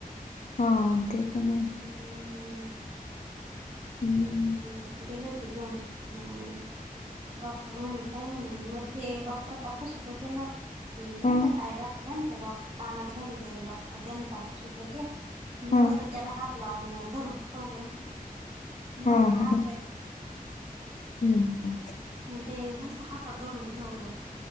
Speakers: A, on the left; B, on the right.
A: हा ते पण आहे.
B: हम्म
A: हम्म
B: गेले होते घेऊन मम. डॉक्टर म्हणे काही नाही म्हणे मग ते डॉक्टर तपसित होते ना. ते नाही
A: हा
B: का काय राहतई ते डॉक्र कानात घली ते डॉक्टर त्यांन तपशीत होते. ह
A: हा
B: मस त्याला हात लावूनंतर ठेवलं म
A: हा
B: ह
A: हा हम्म
B: ते मस्त हातात धरून ठेवलं.